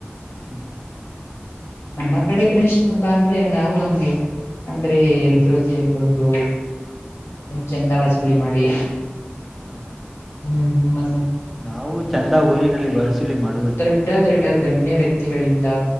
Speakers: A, in the centre; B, on the left.
A: ಹ್ಮ್
B: ನಮ್ಮ ಕಡೆ ಗಿನೇಶ ಹಬ್ಬ ಅಂದ್ರೆ ನಾವು ಹಂಗಗೆ ಅಂದ್ರೆ ಎಲ್ರೂ
A: ಹ್ಮ್
B: ಸೇರ್ಕೊಂಡು ಚಂದ ವಸೂಲಿ ಮಾಡಿ
A: ಹಾ
B: ಹ್ಮ್ ಮ
A: ನಾವು ಚಂದ ಊರಿನಲ್ಲಿ ಬಸೂಲಿ ಮಾಡ
B: ದೊಡ್ಡ ದೊಡ್ಡ ಗಣ್ಯ ವ್ಯಕ್ತಿಗಳಿಂದ